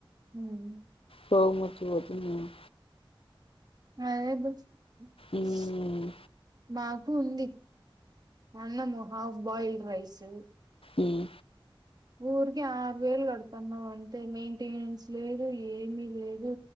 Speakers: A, on the right; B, on the left.
A: ఉమ్
B: రోగం వచ్చిపోతుందేమో.
A: అదే దోస్త
B: ఉమ్
A: స్ మాక్ కుంది మా అన్నము హాఫ్ బాయిల్డ్ రైసూ
B: ఉమ్
A: ఊరికే ఆరు వేలు కడతాన్నవ్ అంటే మెయింటెనెన్స్ లేదు ఏమి లేదూ.